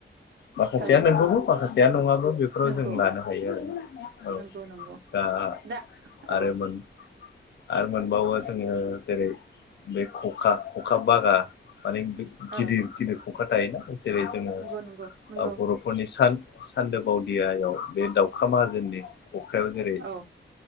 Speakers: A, on the left (about 65°); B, on the right (about 70°).
A: माखासेया
B: औ
A: नंगौबो माखासेया नङाब्ला बेफो फोराव
B: नंगौ
A: जों लानो हायो आरो औ
B: नंगौ नंगौ
A: दा
B: दा
A: आरो
B: औ
A: मोन <inaudible> आरो मोनबावो जोङो जेरै बे खखा खखा बागा माने गिदिर
B: औ
A: गिदिर खुंखा थायोना जेरै जोङो
B: नंगौ नंगौ नंगौ
A: बर'फोरनि सान सानदोब बावदियाायाव बे दाउखा माहाजोननि अखायाव जेरै
B: औ